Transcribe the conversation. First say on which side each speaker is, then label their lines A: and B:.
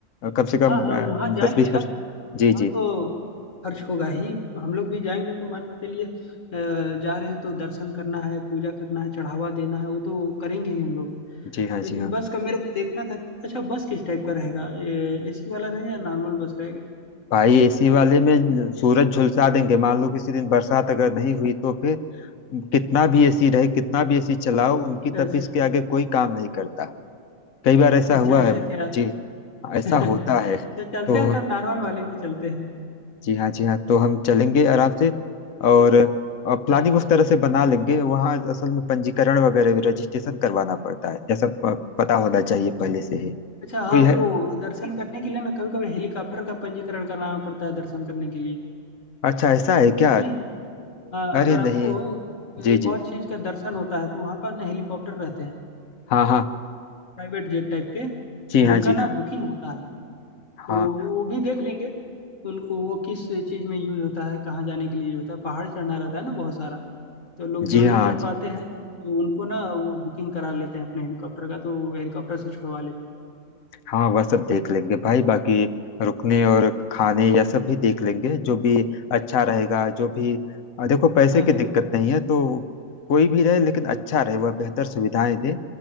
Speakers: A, on the left; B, on the left.
A: कम से कम
B: हाँ हाँ वहाँ जाएंगे
A: दस बीस
B: ना
A: परसेंट जी
B: वहाँ
A: जी
B: तो खर्च होगा ही हम लोग भी जाएंगे तो मान के चलिए अ, जा रहे हैं तो दर्शन करना है पूजा करना है चढ़ावा देना है वो तो करेंगे ही हम लोग
A: जी हाँ
B: लेकिन
A: जी हाँ
B: बस का मेरे को देखना था कि अच्छा बस किस टाइप का रहेगा एसी वाला रहेगा या नॉर्मल बस रहेगा
A: भाई एसी वाले में सूरज झुलसा देंगे मान लो किसी दिन बरसात अगर नहीं हुई तो फिर कितना भी एसी रहे कितना भी एसी चलाओ उनकी
B: अच्छा ऐसे
A: तपिश के आगे कोई काम नहीं करता कई बार ऐसा
B: अच्छा
A: हुआ
B: ऐसा
A: है
B: क्या
A: जी
B: <laughs>
A: ऐसा
B: तो
A: होता है तो
B: चलते हैं तब नॉर्मल वाले में चलते हैं
A: जी हाँ जी हाँ तो हम चलेंगे आराम से और प्लानिंग
B: हाँ,
A: उस तरह से बना लेंगे वहाँ असल में पंजीकरण वगैरह भी रजिस्ट्रेशन करवाना पड़ता है यह सब प- पता होना चाहिए पहले से ही
B: अच्छा हाँ
A: कोई है
B: वो दर्शन करने के लिए ना कभी कभी हेलीकॉप्टर का पंजीकरण कराना पड़ता है दर्शन करने के लिए
A: अच्छा ऐसा है क्या
B: सुने हैं अ,
A: अरे
B: अगर आपको
A: नहीं जी
B: एक
A: जी
B: और चीज का दर्शन होता है तो वहाँ पर ना हेलीकॉप्टर रहते हैं
A: हाँ हाँ
B: प्राइवेट जेट टाइप के तो
A: जी हाँ
B: उनका
A: जी
B: ना
A: हाँ
B: बुकिंग होता है
A: हाँ
B: तो वो भी देख लेंगे उन वो किस चीज में यूज होता है कहाँ जाने के लिए यूज होता है पहाड़ चढ़ना रहता है ना बहुत सारा तो लोग जो
A: जी
B: नहीं
A: हाँ
B: चढ़ पाते
A: जी
B: हैं तो उनको ना वो बुकिंग करा लेते हैं अपने हेलीकॉप्टर का तो वो हेलीकॉप्टर से छुड़वा लेते हैं
A: हाँ वह सब देख लेंगे भाई बाकी रुकने और खाने यह सब भी देख लेंगे जो भी अच्छा रहेगा जो भी अ, देखो पैसे
B: हाँ
A: की
B: हाँ
A: दिक्कत नहीं है तो कोई भी रहे लेकिन अच्छा रहे वह बेहतर सुविधाएं दे